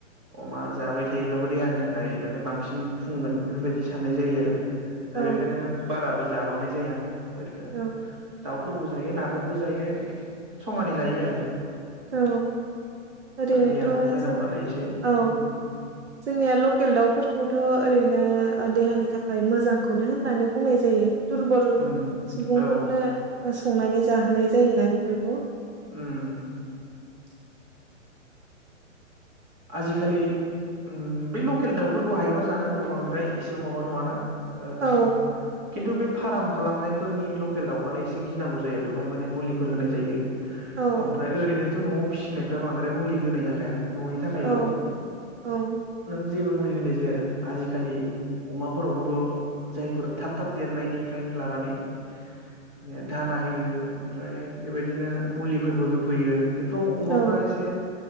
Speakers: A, on the right (about 20°); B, on the right (about 60°).
A: अमा जाबाय थायोब्लाबो देहानि थाखाय माने बांसिन फुंगोन बेफोरबायदि साननाय जायो आरो। दा
B: औ
A: बेखायनो बाराबो जाबांनाय जाया। ओरैनो
B: औ
A: दाउफोरबो जायो नाफोरबो जायो। समानै जायो आरो।
B: औ ओरैनोथ'
A: देहाखौबो
B: जों
A: नायनांगौ नालाय एसे
B: औ
A: उम
B: जोंनिया लकेल दाउफोरखौथ' ओरैनो ओ देहानि थाखाय मोजांखौनो होननानै बुंनाय जायो। दुरबल
A: उम
B: सुबुंफोरनो
A: औ
B: संनानै जाहोनाय जायोना बेफोरखौ।
A: उम।
B: <inaudible>
A: आजिखालि उम बे लकेल दाउफोरखौ हायोबा जानांगौ बांद्राय एसेबां माबा नङाना। ओ
B: औ
A: खिन्थु बे फाराम खालामनाय फोरनि लकेल दाउबालाय एसे गिनांगौ जायो बेहाय माने मुलिफोर होनाय जायो।
B: औ
A: ओमफ्राय ओरैनोथ' न'आव फिनायफ्रा बांद्राय मुलि होनाय जाखाया। न'नि थाखायल'
B: औ औ
A: नों जेबो मुलि होनाय जाया आरो। आजिखालि अमाफोरावबोथ' जायफोर थाब थाब देरनायनिफ्रायनो लानानै माने दाना होयो ओमफ्राय बेबायदिनो मुलिफोरबो होफैयो। बेफोराव अमाफ्रा
B: औ
A: एसे